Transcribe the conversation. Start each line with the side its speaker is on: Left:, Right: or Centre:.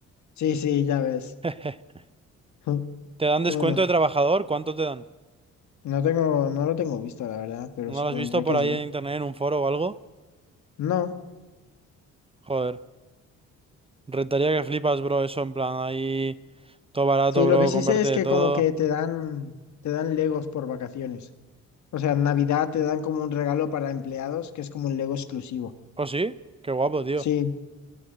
Left: Sí, sí, ya ves.
Right: <laughs>
Left: <laughs>
Right: ¿Te dan descuento
Left: Bueno,
Right: de trabajador? ¿Cuánto te dan?
Left: no tengo, no lo tengo visto, la verdad, pero
Right: ¿No
Left: supondré
Right: lo has visto por
Left: que
Right: ahí
Left: sí.
Right: en internet en un foro o algo?
Left: No.
Right: Joder. Rentaría que flipas, bro, eso en plan ahí todo barato,
Left: Sí,
Right: bro,
Left: lo que sí
Right: comprarte
Left: sé es
Right: de
Left: que
Right: todo.
Left: como que te dan, te dan Legos por vacaciones. O sea, en Navidad te dan como un regalo para empleados, que es como un Lego exclusivo.
Right: ¿Oh, sí? Qué guapo, tío.
Left: Sí,